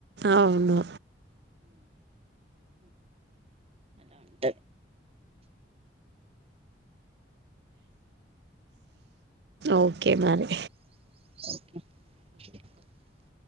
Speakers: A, on the right; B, on the right.
A: అవును
B: అలా ఉంటది
A: ఓకే మరి
B: ఓకే